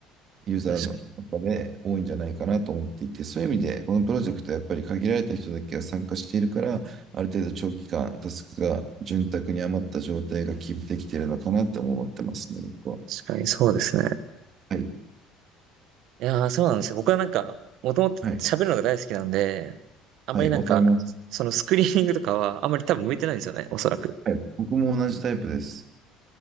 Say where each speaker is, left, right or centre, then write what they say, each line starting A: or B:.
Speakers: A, on the right; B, on the right.
A: ユーザーの中で多いんじゃないかなと思っていて、
B: 確かに。
A: そういう意味で、このプロジェクトはやっぱり限られた人だけが参加しているから、ある程度長期間、タスクが潤沢に余った状態がキープできているのかなって思ってますね、僕は。
B: 確かに、そうですね。
A: はい、
B: いやー、そうなんですよ。僕はなんか、もともと喋るのが大好きなんで、
A: はい、
B: あまりなんか、
A: はい、わかります。
B: そのスクリーニングとかは、あまり多分向いてないんですよね、おそらく。
A: はい、僕も同じタイプです。